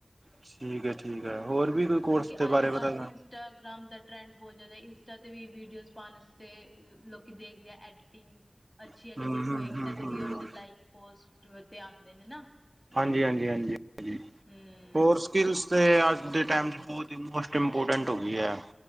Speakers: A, on the right; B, in the centre.
A: ਠੀਕ ਆ ਠੀਕ ਹੋਰ ਵੀ ਕੋਈ। ਕੋਰਸ
B: ਕਿਉਂਕਿ
A: ਦੇ
B: ਅੱਜ
A: ਬਾਰੇ
B: ਕੱਲ੍ਹ
A: ਪਤਾ
B: ਇੰਸਟਾਗ੍ਰਾਮ ਦਾ। ਟਰੈਂਡ ਬਹੁਤ ਜ਼ਿਆਦਾ ਇੰਸਟਾਗ੍ਰਾਮ 'ਤੇ ਵੀਡੀਓਜ਼ ਪਾਉਣ ਵਾਸਤੇ ਲੋਕ ਦੇਖਦੇ ਆ ਐਡੀਟਿੰਗ। ਅੱਛੀ
A: ਹੂੰ
B: ਐਡੀਟਿੰਗ
A: ਹੂੰ
B: ਹੋਏਗੀ
A: ਹੂੰ
B: ਤੇ ਅੱਧੀ
A: ਹੂੰ
B: ਔਰ ਤੇ ਲਾਈਕ ਪੋਸਟ ਤੇ ਆਂਦੇ ਨੇ ਨਾ।
A: ਹਾਂਜੀ ਹਾਂਜੀ, ਹਾਂਜੀ ਹਾਂ
B: ਹਮ
A: ਹੋਰ ਸਕਿੱਲਸ ਤੇ ਅੱਜ ਦੇ ਟਾਈਮ ਚ ਬਹੁਤ ਮੋਸਟ ਇੰਪੋਰਟੈਂਟ ਹੋ ਗਈ ਐ।